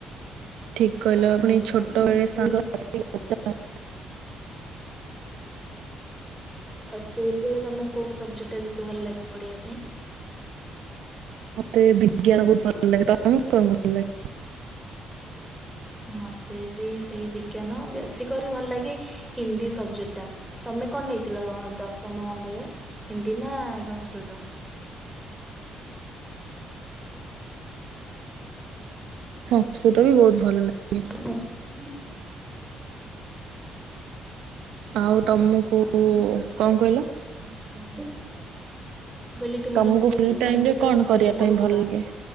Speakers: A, on the right (about 85°); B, in the centre.
A: ଠିକ କହିଲ
B: ଆଉ ତୁମର
A: ପୁଣି ଛୋଟବେଳେ
B: ସ୍କୁଲ
A: ସାଙ୍ଗ <unintelligible>
B: ଆଉ ସ୍କୁଲ ବେଳେ ତମକୁ କୋଉ ସବଜେକ୍ଟ ଟା ବେଶୀ ଭଲ ଲାଗେ ପଢିବା ପାଇଁ?
A: ମତେ ବିଜ୍ଞାନ ବହୁତ ଭଲ ଲାଗେ। ତମୁକୁ କଣ ଭଲ ଲାଗେ?
B: ମତେ ବି ସେଇ ବିଜ୍ଞାନ ବେଶୀ କରି ଭଲ ଲାଗେ ହିନ୍ଦୀ ସବଜେକ୍ଟ ଟା। ତମେ କଣ ନେଇଥିଲ ଦଶମ ବେଳେ ହିନ୍ଦୀ ନା ସଂସ୍କୃତ?
A: ସଂସ୍କୃତ ବି ବହୁତ ଭଲ ଲାଗେ।
B: <unintelligible>
A: ଆଉ ତମକୁ
B: ଆଉ
A: କଣ କହିଲ?
B: ମୁଁ କହିଲି ତୁମର
A: ତମକୁ
B: ସ୍କୁଲ
A: ଫ୍ରି ଟାଇମ
B: ମାନେ
A: ରେ
B: ଯେତେବେଳେ
A: କଣ
B: ସ୍କୁଲ
A: କରିବା
B: ରେ ପଢୁଥୁଲ
A: ପାଇଁ ଭଲ ଲାଗେ?